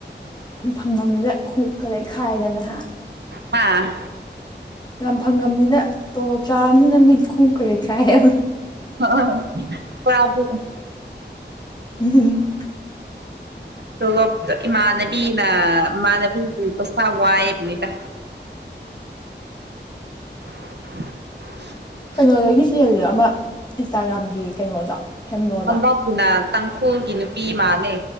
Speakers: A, on the left; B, on the right.
A: ꯌꯥꯝ ꯐꯪꯉꯝꯅꯤꯅ ꯈꯣꯡꯉꯨꯞꯀ ꯂꯩꯩꯈꯥꯏꯗꯅ ꯍ
B: ꯍꯥꯥ
A: ꯌꯥꯝ ꯐꯪꯉꯅꯤꯅ ꯇꯣꯂꯣꯞ ꯆꯥꯔꯕꯅꯤꯅ ꯃꯤꯗꯤ ꯈꯣꯡ ꯀꯔꯩ ꯈꯥꯏꯕ
B: ꯍ <unintelligible>
A: ꯎꯝ
B: ꯇꯣꯂꯣꯞ ꯏꯃꯥꯟꯅꯕꯤꯅ ꯏꯃꯥꯟꯅꯕꯤꯒꯤ ꯄꯁ ꯋꯥꯏꯑꯕꯅꯤꯗ <unintelligible>
A: ꯀꯩꯅꯣꯗꯒꯤ ꯆꯦꯜꯂꯤꯔꯣ ꯑꯃ ꯏꯟꯁꯇꯥꯒ꯭ꯔꯥꯝꯒꯤ ꯀꯩꯅꯣꯗꯣ ꯍꯦꯝꯔꯣꯗꯣ
B: ꯍꯟꯗꯇꯨꯅ ꯇꯥꯡꯈꯨꯜꯒꯤ ꯅꯨꯄꯤ ꯃꯥꯜꯂꯦ